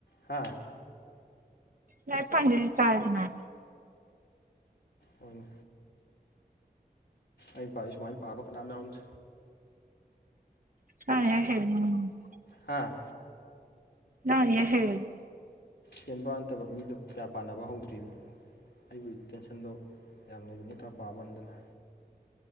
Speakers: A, on the left (about 85°); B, on the right (about 55°).
A: ꯍꯥꯥ
B: ꯂꯥꯏꯔꯤꯛ ꯄꯥꯅꯤꯡꯗ꯭ꯔꯗꯤ ꯆꯥꯔꯦꯗꯅ
A: ꯍꯣꯏꯅꯦ ꯑꯩ ꯄꯥꯔꯤ ꯁꯨꯃꯥꯏꯅ ꯄꯥꯕ ꯀꯅꯥꯝ ꯌꯥꯎꯔꯝꯗꯦ
B: <unintelligible>
A: ꯍꯥꯥ
B: ꯅꯪꯅ ꯏꯍꯩ ꯍꯩꯌꯦꯕ
A: ꯍꯦꯟꯕꯩ ꯋꯥ ꯅꯠꯇꯕ ꯃꯤꯗꯨ ꯀꯌꯥ ꯄꯥꯅꯕ ꯍꯧꯗ꯭ꯔꯤꯕ ꯑꯩꯕꯨꯗꯤ ꯇꯦꯟꯁꯟꯗꯣ ꯌꯥꯝ ꯂꯩꯕꯅꯤꯅ ꯈꯔ ꯄꯥꯕ ꯋꯥꯅꯤꯗꯅ